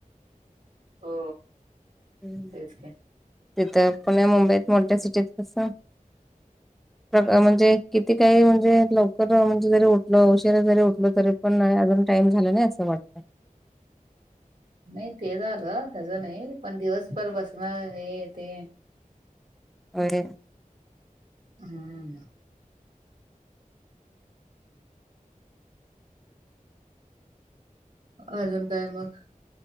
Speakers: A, on the right (about 60°); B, in the centre.
A: हो
B: ह्
A: तेच का
B: तिथं पुण्या मुंबईत मोठ्या सिटीत कस प्र म्हणजे किती काही म्हणजे लवकर म्हणजे जरी उठलो उशीरा जरी उठलो तरी पण नाही अजून टाम झाल नाही असं वाटतंय
A: नाही ते झालं त्याच नाही पण दिवसभर बसण हे ते
B: होय
A: हम्म अजून काय मग